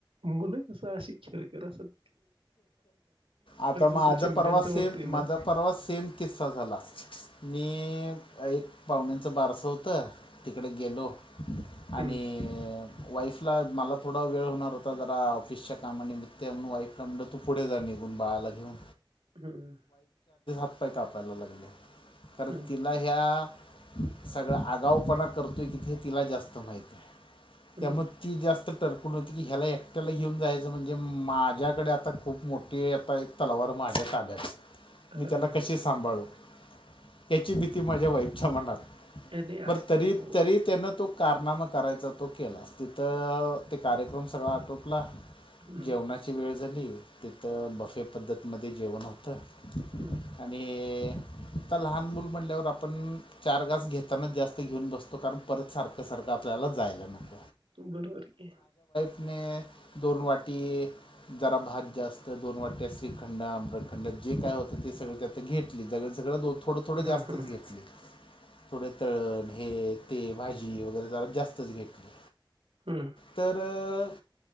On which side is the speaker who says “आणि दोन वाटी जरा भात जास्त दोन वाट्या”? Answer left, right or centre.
Left